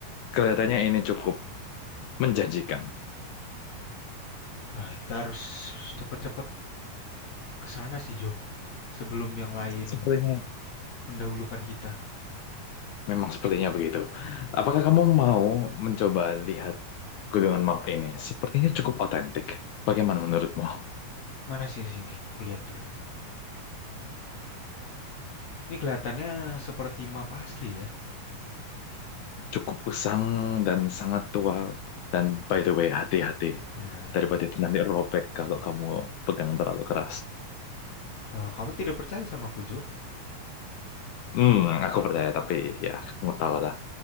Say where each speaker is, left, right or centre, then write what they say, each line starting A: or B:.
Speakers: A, on the left; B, on the left.
A: kelihatannya ini cukup menjanjikan.
B: Wah, kita harus cepet-cepet kesana sih Jo. Sebelum yang lain
A: Sepertinya
B: mendahulukan kita.
A: Memang sepertinya begitu. Apakah kamu mau mencoba lihat gulungan map ini? Sepertinya cukup otentik. Bagaimana menurutmu?
B: Mana sini sini? Aku lihat dulu. Ini kelihatannya seperti map asli ya.
A: Cukup usang dan sangat tua. Dan by the way, hati-hati.
B: Benar.
A: Daripada itu nanti robek kalau kamu pegang terlalu keras.
B: Oh, kamu tidak percaya sama aku Jo?
A: Hmm, aku percaya, tapi ya kamu tahu lah.